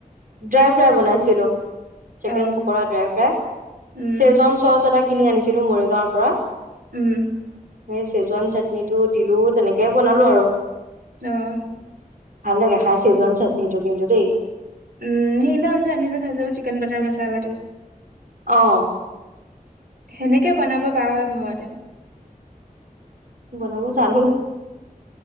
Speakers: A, on the right (about 65°); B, on the right (about 90°).
A: ড্ৰাই ফ্ৰাই বনাইছিলো। chicken
B: অ
A: pakora, dry fry
B: um
A: schezwan sauce এটা কিনি আনিছিলো মৰিগাঁৱৰ পৰা।
B: উম।
A: এই চেজৱান চাটনিটো দিলো তেনেকে বনালো আৰু।
B: আহ।
A: ভাল লাগে খাই চিজৱান চাটনিটো কিন্তু দেই।
B: উম সেইদিনাখন যে আমি যে খাইছো চিকেন বাটাৰ মচালাটো।
A: অহ।
B: সেনেকে বনাব পাৰা হয় ঘৰতে।
A: বনাব জানো।